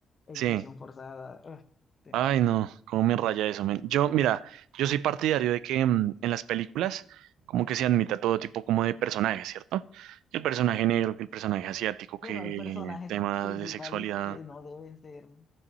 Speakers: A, on the left; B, on the right.
A: e
B: sí.
A: inclusión forzada, ugh, temas.
B: Ay, no, cómo me raya eso, men. Yo, mira, yo soy partidario de que mm, en las películas como que se admita todo tipo como de personajes, ¿cierto? Que el personaje negro, que el personaje asiático,
A: Pero
B: que
A: hay personajes
B: temas
A: principales
B: de sexualidad.
A: que no deben ser.